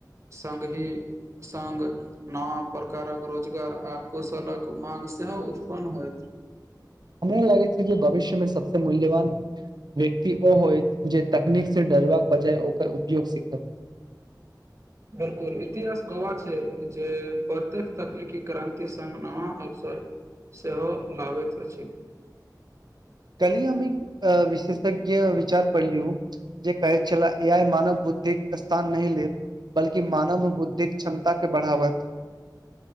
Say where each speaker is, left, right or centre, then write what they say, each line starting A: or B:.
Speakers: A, on the right; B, on the right.
A: सङ्गहिी सङ्ग, नवा प्रकारक रोजगार आ कौशलक माङ्ग सेहो उत्पन्न होत
B: हमरा लागैत छै जे भविष्यमे सबस मूल्यवान व्यक्ति ओ होइत जे तकनीकसँ डरबाक बजाय ओकर उपयोग सीखब।
A: बिलकुल इतिहास गवाह जे प्रतेक तकनीकी क्रान्ति सङ्ग नवा अवसर सेहो लाबैत अछि।
B: कल ही हमी अ विशेषज्ञ विचार पढलियु, जे कहै छलाह एआइ मानव बुद्धिक स्थान नहिह लेत, बल्कि मानव बुद्धिक क्षमता के बढ़ावत।